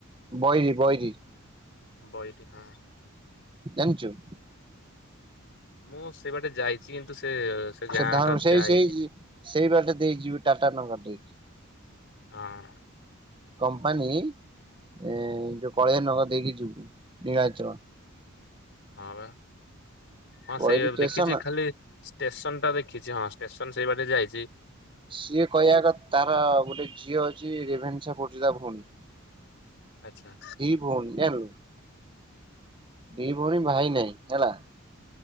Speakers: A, on the right (about 25°); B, on the left (about 60°).
A: ବଇରି, ବଇରି।
B: ବୈରୀ ହଁ।
A: ଜାଣିଚୁ
B: ମୁଁ ସେ ବାଟେ ଯାଇଚି କିନ୍ତୁ ସେ ସେ ଗାଁ
A: ଧ
B: ଟା
A: ସେଇ
B: ଯାଇଏନି।
A: ସେଇ ସେଇ ବାଟେ ଦେଇଯିବି ଟାଟା ନଗର ଦେଇକି।
B: ହଁ।
A: କମ୍ପାନୀ ଏ ଯୋଉ କଳିଆ ନଗର ଦେଇକି ଯିବୁ ନୀଳାଚଳ।
B: ହଁ ପା ହଁ
A: ବଇରି
B: ସେଇ
A: ଷ୍ଟେସନ
B: ଦେଖିଚି ଖାଲି ଷ୍ଟେସନ ଟା ଦେଖିଚି, ହଁ ଷ୍ଟେସନ ସେଇ ବାଟେ ଯାଇଚି
A: ସିଏ କହିବା କ ତାର ଗୋଟେ ଝିଅ ଅଛି ରେଭେନ୍ସା ପଢ଼ୁଚି ତା ଭଉଣୀ।
B: ଆଚ୍ଛା।
A: ଦି ଭଉଣୀ ଜାଣିଲୁ। ଦି ଭଉଣୀ
B: ହୁଁ
A: ଭାଇ ନହିଁ ହେଲା।